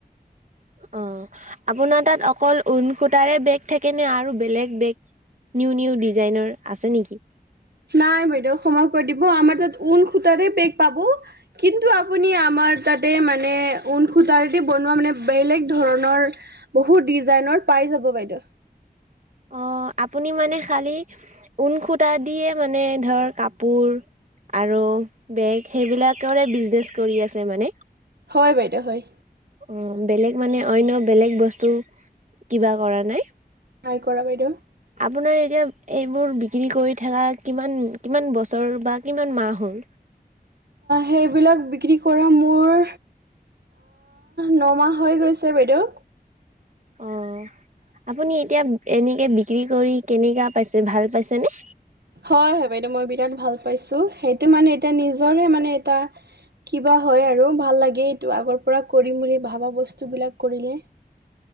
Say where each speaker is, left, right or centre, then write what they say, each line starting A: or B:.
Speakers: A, on the right; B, on the right.
A: অ আপোনাৰ তাত অকল ঊ সুতাৰে বেগ থাকে নে আৰু বেলেগ বেগ নিউ নিউ ডিজাইনৰ আছে নেকি
B: নাই বাইদেউ সময় কৰি দিব আমাৰ তাত ঊল খূতাৰে পেক পাব কিন্তু আপুনি আমাৰ তাতে মানে ঊ সূতাৰেদি বনোৱা মানে বেলেগ ধৰণৰ বহুত ডিজাইনৰ পাই যাব বাইদেউ
A: অ আপুনি মানে খালি ঊন খুটাা দিয়ে মানে ধৰ কাপোৰ আৰু বেগ সেইবিলাকৰে বিজনেচ কৰি আছে মানে
B: হয় বাইদেউ হয়
A: অ বেলেগ মানে অনয় বেলেগ বস্তু কিবা কৰা নাই
B: নাই কৰা বাইদেউ
A: আপোনাৰ এতিয়া এইবোৰ বিক্ৰী কৰি থকা কিমান কিমান বছৰ বা কিমান মাহ হ'ল
B: সেইবিলাক বিক্ৰী কৰা মোৰ নমাহ হৈ গৈছে বাইদেউ
A: অ আপুনি এতিয়া এনেকে বিক্ৰী কৰি কেনেককাা পাইছে ভাল পাইছেনে
B: হয় হয় বাইদেউ মই বিৰাট ভাল পাইছো সেইটো মানে এতিয়া নিজৰহে মানে এটা কিবা হয় আৰু ভাল লাগে এইটো আগৰ পৰা কৰিম বুলি ভবা বস্তুবিলাক কৰিলে